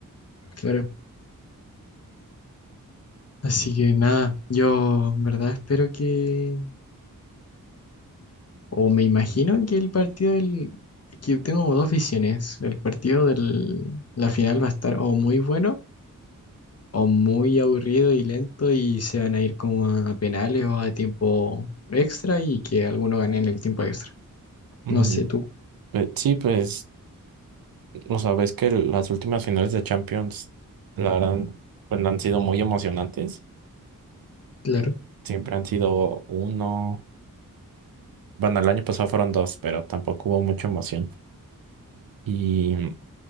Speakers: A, on the left (about 45°); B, on the right (about 85°).
A: claro. Así que nada, yo en verdad espero que, o me imagino que el partido del, que tengo como dos visiones, el partido de la final va a estar o muy bueno o muy aburrido y lento y se van a ir como a penales o a tiempo extra y que alguno gane en el tiempo extra.
B: Mm,
A: No sé tú,
B: pues, sí, pues, o sea, ves que las últimas finales de Champions, la verdad, pues, han sido muy emocionantes.
A: claro,
B: Siempre han sido uno. Bueno, el año pasado fueron dos, pero tampoco hubo mucha emoción. Y